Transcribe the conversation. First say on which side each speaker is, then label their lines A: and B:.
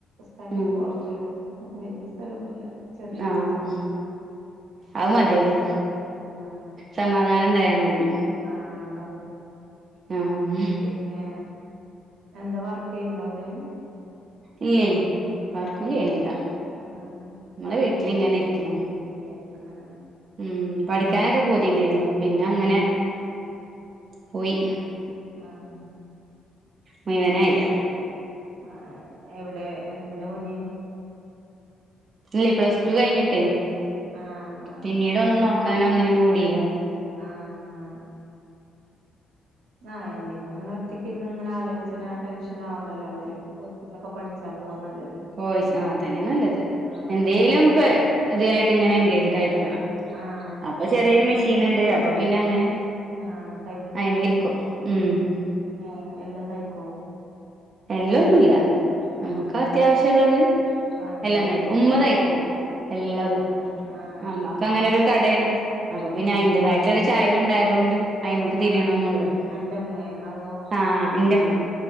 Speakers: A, on the right; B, on the right.
A: സ്ഥലം
B: ഉം
A: കുറച്ചുള്ളൂ വല്യ സ്ഥലൊന്നുല്ല ചെറിയ
B: ആഹ്
A: വീടുവ
B: അത് മതിയല്ലോ
A: ഉം അത് മതി
B: സമാധാനം ഇണ്ടായാ മതി
A: ആഹ് അതള്ളു
B: ആഹ്
A: പിന്നേ എന്താ വർക്ക് ചെയ്യണ്ട എന്തേലും
B: ഇല്ലേ വർക്കും
A: ആഹ്
B: ചെയ്യണില്ല
A: ആഹ്
B: നമ്മള് വീട്ടിലിങ്ങനെ ഇരിക്കണു
A: എടുക്കണ
B: ഉം പഠിക്കാനൊക്കെ
A: ആഹ്
B: പൂതിയിണ്ടാരുന്നു പിന്നെ അങ്ങനെ പോയി
A: ആഹ് ആഹ്
B: മുഴവനായില്ല
A: ആഹ് ആഹ് ആഹ് എവിടെ എന്തിനാ പോയിന്
B: ഇല്ലേ പ്ലസ് ടു കഴിഞ്ഞിട്ടെ
A: ആഹ്
B: പിന്നീട് ഒന്നും
A: ആഹ്
B: നോക്കാനോ ഒന്നിനും കൂടിയില്ല
A: ആഹ് ആഹ് എന്തെങ്കിലും ഇങ്ങനെ ഒറ്റയ്ക്ക് ഇരുന്ന് ഇങ്ങനെ ആലോചിച്ച് ഇങ്ങനെ ടെൻഷനാവണ്ടല്ലോ <unintelligible> ലുമൊക്കെ പഠിച്ചാൻ പോവാ നല്ലത്
B: വോയിസ് അതന്നെ നല്ലത്
A: ആഹ്
B: എന്തേലും പേ ഇതു ആയിട്ട് ഇങ്ങനെ എൻഗേജഡ് ആയിരിക്കണം
A: ആഹ് നമ്മളൊന്ന്
B: അപ്പൊ ചെറിയൊരു മെഷീൻ
A: ഇരിക്കും
B: ഉണ്ട് അപ്പൊ പിന്നെ അങ്ങനെ
A: ആഹ്
B: അയുമേരിക്കും മ്മ്
A: ആഹ് എല്ലാം തയ്ക്കോ
B: എല്ലന്നുമില്ല നമ്മുക്കാ
A: ആഹ്
B: അത്യാവശ്യം ഉള്ളത്
A: വാണ്ടിയേതില്ലേ
B: എല്ലാം തയിക്കും ഉമ്മ തയിക്കും എല്ലാതും
A: ആഹ് ആഹ്
B: നമ്മക്ക് അങ്ങനൊരു
A: അം
B: കടയാണ് അപ്പൊ പിന്നെ അതിന്റേതായിട്ട്
A: ആഹ്
B: ഒരു ചായ്‌വ് ഉണ്ടായതുകൊണ്ട് അയിമേക്ക് തിരിയണന്നുള്ളു
A: ആഹ് അന്റെമ്മേ അതോ
B: ആഹ് എന്റെമ്മ.